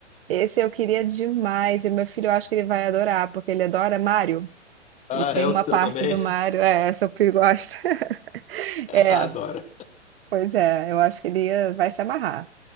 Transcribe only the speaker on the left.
Ah,
é
o seu
também?
<laughs>
Adora.